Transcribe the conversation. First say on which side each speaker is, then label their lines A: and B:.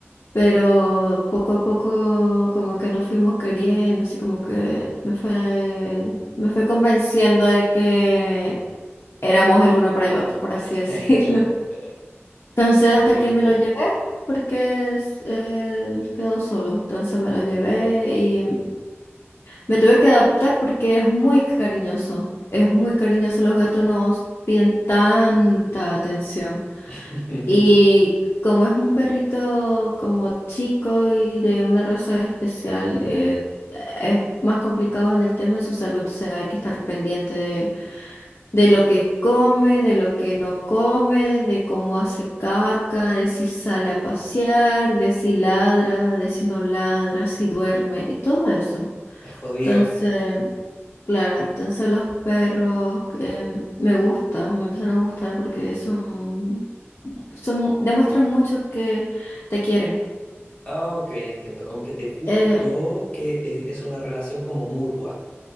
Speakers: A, on the left (about 60°); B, on the left (about 30°).
A: pero poco a poco como que nos fuimos queriendo, así como que me fue, me fue convenciendo de que éramos el uno para el otro, por así
B: <laughs>
A: <laughs> decirlo. Entonces hasta
B: Qué
A: que
B: lindo.
A: me lo llevé, porque es- él quedó solo, entonces me lo llevé y me tuve que adaptar porque es muy cariñoso, es muy cariñoso, los gatos nos piden tanta atención.
B: <laughs>
A: Y como es un perrito como chico y de una raza especial, eh, es más complicado en el tema de su salud. O sea, hay que estar pendiente de, de lo que come, de lo que no come, de cómo hace caca, de si sale a pasear, de si ladra, de si no ladra, si duerme, todo eso.
B: Es jodido.
A: Entonces, claro, entonces los perros em, me gustan, me empezaron a gustar porque son son, demuestran mucho que te quieren.
B: Ah, ok, entiendo. Como que te gustó
A: Eh,
B: que e- es una relación como mutua.